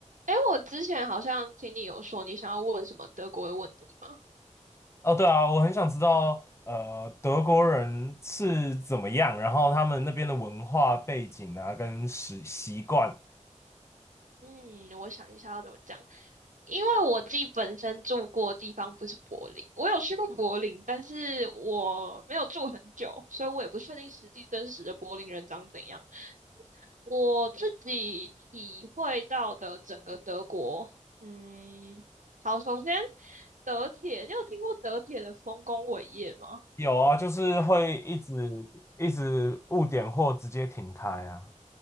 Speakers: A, on the right; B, on the left.
A: 哎，我之前好像听你有说你想要问什么德国的问题吗？
B: 哦，对啊，我很想知道，呃，德国人是怎么样，然后他们那边的文化背景啊，跟习习惯，
A: 嗯，我想一下要怎么讲，因为我自己本身住过的地方不是柏林，我有去过柏林，但是我没有住很久，所以我也不确定实际真实的柏林人长怎样。我自己体会到的整个德国，嗯，好，首先德铁，你有听过德铁的丰功伟业吗？
B: 有啊，就是会一直一直误点或直接停开啊。